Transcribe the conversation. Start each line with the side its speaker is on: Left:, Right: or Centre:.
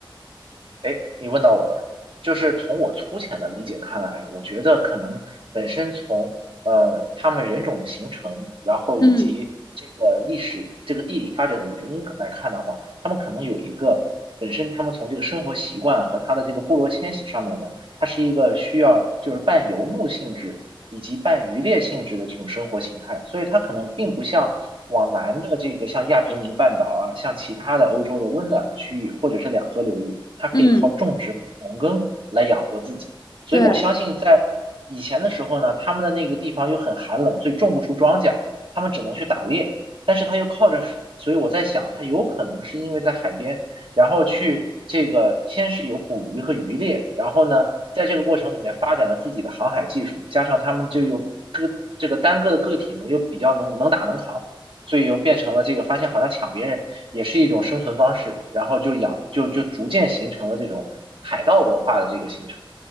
Right: 哎，你问到我了，就是从我粗浅的理解看来啊我觉得可能本身从呃他们人种的形成，然后以及这个历史、
Left: 嗯
Right: 这个地理发展的原因来看的话，他们可能有一个本身他们从这个生活习惯和他的这个部落迁徙上面呢，它是一个需要就是半游牧性质以及半渔猎性质的这种生活形态，所以它可能并不像往南的这个像亚平宁半岛啊，像其他的欧洲的温暖的区域或者是两河流域，它可以靠种植和农耕来养活自己。
Left: 嗯，
Right: 所以我相信在以前的时候呢，
Left: 对。
Right: 他们的那个地方又很寒冷，所以种不出庄稼，他们只能去打猎，但是他又靠着海，所以我在想，他有可能是因为在海边，然后去。这个先是有捕鱼和渔猎，然后呢，在这个过程里面发展了自己的航海技术，加上他们就有个这个单个的个体呢又比较能能打能扛，所以又变成了这个发现好像抢别人也是一种生存方式，然后就养就就逐渐形成了这种海盗文化的这个形成。